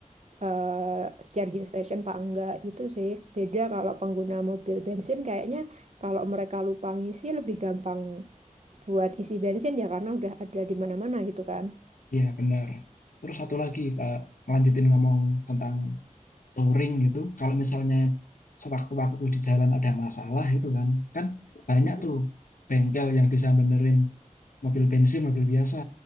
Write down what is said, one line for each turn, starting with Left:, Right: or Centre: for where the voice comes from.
Right: eh, charging station apa enggak gitu sih. Beda kalau pengguna mobil bensin kayaknya kalau mereka lupa ngisi lebih gampang buat isi bensin ya karena udah ada di mana-mana gitu kan.
Left: iya benar terus satu lagi Kak, ngelanjutin ngomong tentang touring gitu kalau misalnya sewaktu-waktu di jalan ada masalah gitu kan kan banyak
Right: Mm.
Left: tuh bengkel yang bisa benerin mobil bensin mobil biasa